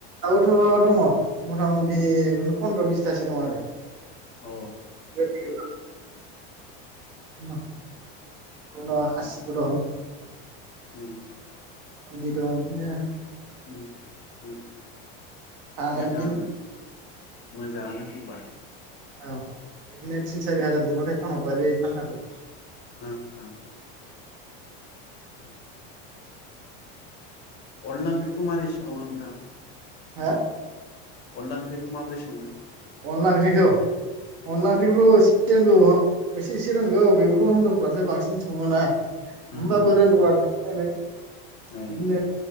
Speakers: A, on the right (about 70°); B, on the left (about 35°).
A: दाउआबोथ' दङ मथा मथि पन्द्र' बिसथासो दं आरो
B: अ
A: गोरलै गोरलाम <unintelligible> बोरमा खासिबो
B: उम
A: दं
B: उम
A: बुन्दि दं इदिनो
B: उम उम
A: फानो
B: मोजांङानो
A: बिदिनो
B: मोजांङानो होमबा
A: औ बिदिनो थिन सारि हाजार मोनब्लाथाय फानहरबाय बे फान्थाखौ।
B: ओ ओ। <inaudible> अनला ओंख्रिखौ मारै संङो नोंथां?
A: हा।
B: अनला ओंख्रिखौ माब्रोरै संङो?
A: अनला ओंख्रिखौ अनला ओंख्रिखौथ' एसे रोंगौ ओ एसे एसे रोंगौ बेफोरखौ हिनजावफ्रासो बांसिन सङोना।
B: ओ
A: होमबाबो
B: ओ
A: रोंगौ आरो एसे एनै
B: ए।
A: बिदिनो